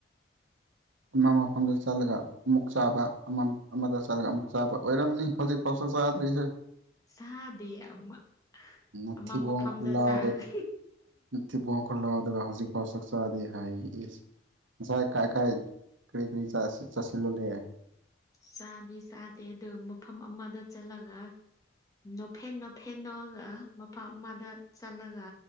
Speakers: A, on the right (about 80°); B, on the left (about 15°).
A: ꯑꯃ ꯃꯐꯝꯗ ꯆꯠꯂꯒ ꯑꯃꯨꯛ ꯆꯥꯕ ꯑꯃ ꯑꯃꯗ ꯆꯠꯂꯒ ꯑꯃꯨꯛ ꯆꯥꯕ ꯑꯣꯏꯔꯝꯅꯤ ꯐ ꯐꯁ ꯆꯗꯔꯤꯁ
B: ꯆꯥꯗꯦ ꯑꯃ
A: ꯅꯠꯇꯕꯣꯣꯡ
B: ꯑꯃ ꯃꯐꯝꯗ
A: ꯈꯨꯜꯂꯕꯗꯣ
B: ꯆꯥꯒ
A: ꯅꯨꯡꯇꯤ ꯄꯈꯠꯂꯛꯑꯣ ꯑꯗꯨꯒ ꯍꯧꯖꯤꯛꯐꯥꯎ ꯆꯛ ꯆꯗꯤꯦ ꯍꯥꯏ ꯉꯁꯥꯏ ꯀꯥꯏ ꯀꯥꯏ ꯀꯔꯤ ꯀꯔꯤ ꯆꯥꯁꯤꯜꯂꯣ ꯂꯩꯦ
B: ꯆꯥꯗꯤ ꯆꯥꯗꯦ ꯑꯗꯨ ꯃꯐꯝ ꯑꯃꯗ ꯆꯠꯂꯒ ꯅꯐꯦ ꯅꯣꯐꯦꯦꯟꯣꯒ ꯃꯄꯥ ꯑꯃꯗ ꯆꯠꯂꯒ